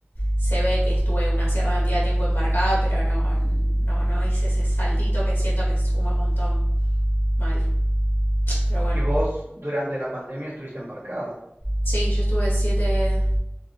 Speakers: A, on the left; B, on the right.
A: se ve que estuve una cierta cantidad de tiempo embarcada, pero no, no, no hice ese saltito que siento que suma un montón. Mal. Pero bueno.
B: Y vos durante la pandemia estuviste embarcada.
A: Sí, yo estuve siete,